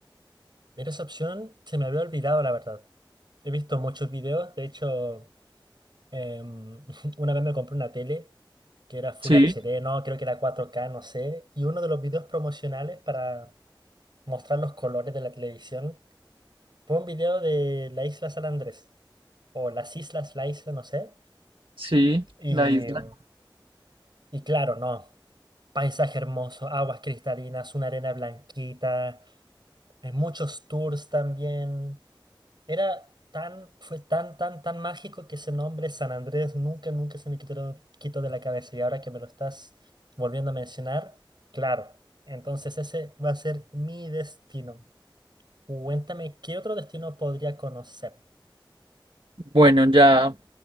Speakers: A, on the right (about 60°); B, on the right (about 80°).
A: Mira, esa opción se me había olvidado, la verdad. He visto muchos videos, de hecho, em, <laughs> una vez me compré una tele que era Full
B: Sí,
A: HD, no, creo que era cuatro k no sé, y uno de los videos promocionales para mostrar los colores de la televisión. Fue un video de la isla San Andrés, o las islas, la isla, no sé.
B: sí,
A: Y,
B: la isla.
A: y claro, no. Paisaje hermoso, aguas cristalinas, una arena blanquita, eh, muchos tours también. Era tan, fue tan, tan, tan mágico que ese nombre San Andrés nunca, nunca se me quitó, quitó de la cabeza. Y ahora que me lo estás volviendo a mencionar, claro. Entonces ese va a ser mi destino. Cuéntame, ¿qué otro destino podría conocer?
B: Bueno, ya